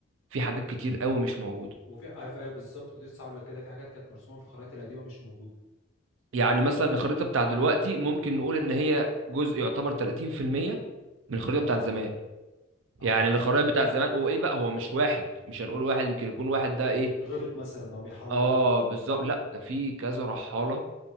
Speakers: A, on the right; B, on the left.
A: في حاجات كتير قوي مش موجوده
B: وفي ايوه أيوة بالظبط كنت لسه هقول لك كده في حاجات كانت مرسومه في الخرائط القديمه مش موجوده
A: يعني مثلا الخريطه بتاع دلوقتي ممكن نقول ان هي جزء يعتبر 30% من الخريطه بتاع زمان
B: اه
A: يعني الخرائط بتاع زمان وايه بقى هو مش واحد مش هنقول واحد يمكن يكون واحد ده ايه
B: غلط مثلا او بيحور
A: اه بالظبط لا ده في كذا رحاله